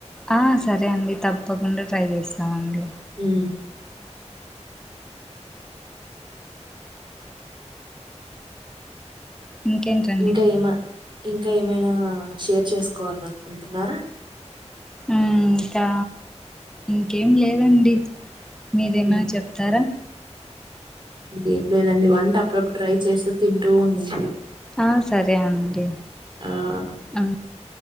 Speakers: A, in the centre; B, on the right.
A: ఆ సరే అండి తప్పకుండా ట్రై చేస్తామండి
B: ఉమ్
A: ఇంకేంటండి
B: ఇంకా ఏమ ఇంకా ఏమైనా షేర్ చేసుకోవాలనుకుంటున్నారా
A: మ్ ఇంకా ఇంకేం లేదండి మీరేమైనా
B: హ్మ్.
A: చెప్తారా
B: ఏం లేదండి వంట అప్పుడప్పుడు ట్రై చేస్తూ తింటూ ఉండండి
A: ఆ సరే అండి
B: ఆహ్,
A: అ